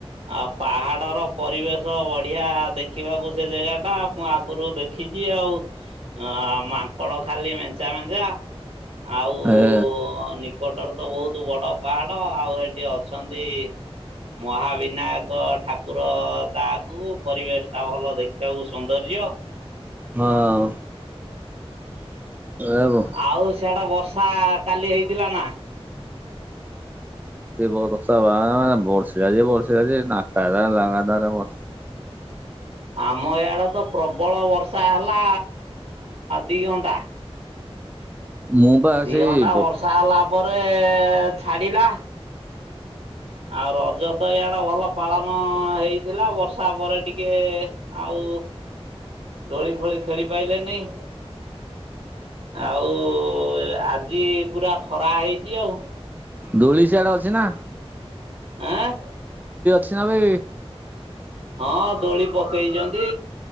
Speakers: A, on the right; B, on the right.
A: ଆଉ ପାହାଡ଼ର ପରିବେଶ ବଢ଼ିଆ ଦେଖିବାକୁ ସେ ଜେଗାଟା ମୁଁ ଆଗୁରୁ ଦେଖିଚି ଆଉ। ଅ ମାଙ୍କଡ଼ ଖାଲି ମେଞ୍ଚା ମେ ଯା ଆଉ
B: ଏ
A: ନିକଟରେ ତ ବୋହୁତ ବଡ଼ ପାହାଡ଼ ଆଉ ହେଠି ଅଛନ୍ତି ମହାବୀ ନାୟକ ଠାକୁର ତା ଆଗୁକୁ। ପରିବେଶଟା ଭଲ ଦେଖିବାକୁ ସୌନ୍ଦର୍ଯ୍ୟ।
B: ହଁ ଏ ବୋ
A: ଆଉ ସିଆଡ଼େ ବର୍ଷ୍ ଥା କାଲି ହେଇଥିଲା ନାଁ?
B: ସେ ବରଷା ବା ହଁ ବର୍ଷିଲା ଯେ ବର୍ଷିଲା ଯେ ନାତାରା ଲଗାତାର ବର୍ଷା।
A: ଆମ ଇଆଡ଼େ ତ ପ୍ରବଳ ବର୍ଷା ହେଲା ଦି ଘଣ୍ଟା।
B: ମୁଁ ବା
A: ଦି
B: ସେଇ
A: ଘଣ୍ଟା
B: ବ
A: ବର୍ଷା ହେଲା। ପରେ ଛାଡ଼ିଲା। ଆଉ ରଜ ତ ଇଆଡ଼େ ଭଲ ପାଳନ ହେଇଥିଲା ବର୍ଷା ପରେ ଟିକେ ଆଉ ଦୋଳି ଫୋଳି ଖେଳି ପାଇଲେନେଇ। ଆଉ ଏ ଏ ଆ ଜି ପୁରା ଖରା ହେଇଚି ଆଉ।
B: ଦୋଳି ସିଆଡ଼େ ଅଛି ନାଁ?
A: ଆଁ?
B: ଛି ନାଁ ବେ?
A: ହଁ ଦୋଳି ପକେଇଚନ୍ତି।